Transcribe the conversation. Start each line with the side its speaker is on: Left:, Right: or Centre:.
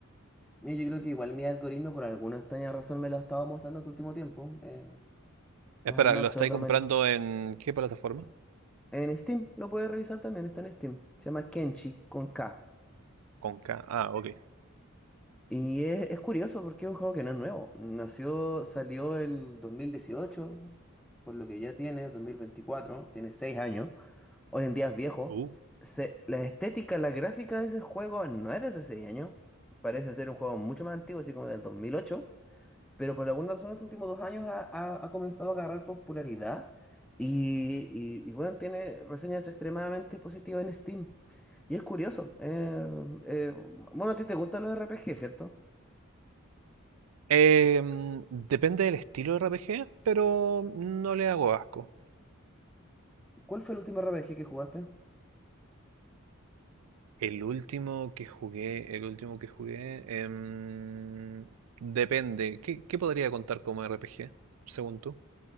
Centre: Mira, yo creo que igual mi algoritmo, por alguna extraña razón, me lo ha estado mostrando este último tiempo. eh,
Right: Espera,
Centre: es una
Right: ¿lo estáis
Centre: pseudomanía.
Right: comprando en qué plataforma?
Centre: En Steam, lo puedes revisar también, está en Steam. Se llama Kenshi con K.
Right: Con K. Ah, ok.
Centre: Y es, es curioso porque es un juego que no es nuevo. Nació, salió el dos mil dieciocho por lo que ya tiene dos mil veinticuatro tiene 6 años. Hoy en día es viejo.
Right: Uh.
Centre: Se- la estética, la gráfica de ese juego no era hace 6 años. Parece ser un juego mucho más antiguo, así como del dos mil ocho Pero por alguna razón, en los últimos dos años ha, ha- ha comenzado a agarrar popularidad. Y, y, y, bueno, tiene reseñas extremadamente positivas en Steam. Y es curioso. eh, eh, bueno, a ti te gustan los RPG, ¿cierto?
Right: Eh, mm, depende del estilo de RPG, pero no le hago asco.
Centre: ¿Cuál fue el último RPG que jugaste?
Right: El último que jugué, el último que jugué, em, depende. ¿Qué, qué podría contar como RPG, según tú?